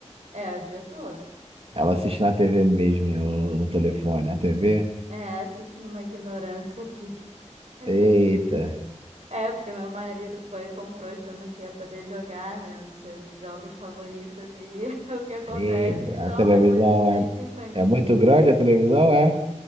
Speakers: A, on the right; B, on the right.
A: É, o dia todo.
B: Ela assiste na TV mesmo, né, no no telefone, na TV.
A: É, assistindo uma ignorância aqui. <laughs>
B: Eita.
A: É, porque meu marido foi e comprou achando que ia poder jogar, né, nos seus jogos favoritos e <laughs> o que acontece
B: E
A: são
B: a televisão
A: as musiquinhas
B: é,
A: infantis.
B: é muito grande, a televisão é.